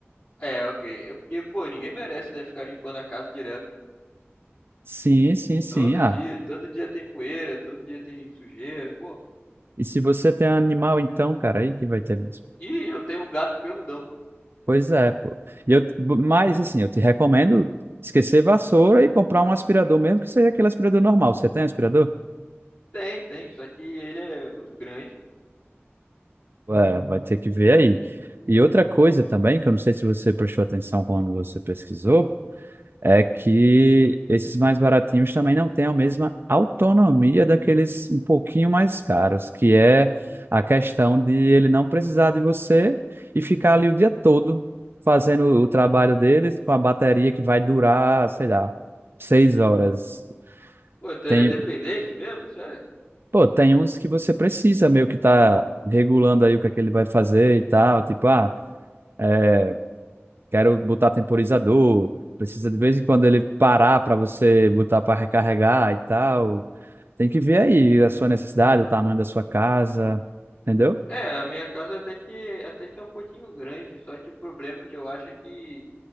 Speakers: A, on the left; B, on the right.
A: É, ok. É porque, pô, ninguém merece, né? Ficar limpando a casa direto.
B: Sim, sim, sim.
A: Todo
B: Ah,
A: dia, todo dia tem poeira, todo dia tem sujeira, pô.
B: e se você tem animal, então, cara, aí que vai ter mesmo.
A: E eu tenho um gato peludão.
B: Pois é, pô. E Eu, mas, assim, eu te recomendo esquecer vassoura e comprar um aspirador, mesmo que seja aquele aspirador normal. Você tem aspirador?
A: Tem, tem, só que ele é muito grande.
B: É, vai ter que ver aí. E outra coisa também, que eu não sei se você prestou atenção quando você pesquisou. é que esses mais baratinhos também não têm a mesma autonomia daqueles um pouquinho mais caros, que é a questão de ele não precisar de você e ficar ali o dia todo fazendo o trabalho deles com a bateria que vai durar, sei lá, seis horas.
A: Pô, então
B: Tem,
A: ele é dependente mesmo, sério?
B: pô, tem uns que você precisa meio que tá regulando aí o que é que ele vai fazer e tal, tipo, ah, é, quero botar temporizador, precisa de vez em quando ele parar para você botar para recarregar e tal. Tem que ver aí a sua necessidade, o tamanho da sua casa, entendeu?
A: É, a minha casa até que, até que é um pouquinho grande, só que o problema que eu acho é que